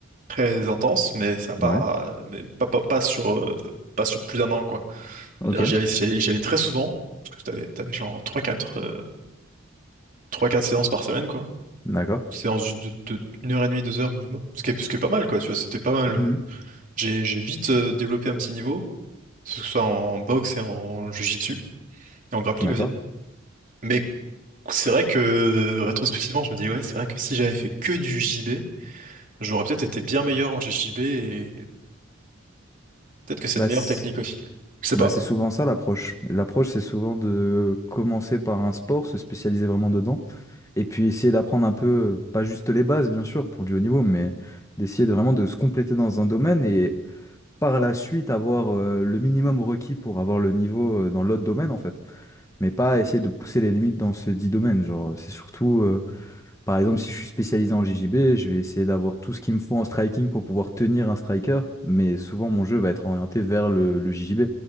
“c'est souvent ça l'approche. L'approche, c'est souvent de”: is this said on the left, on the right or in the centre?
Left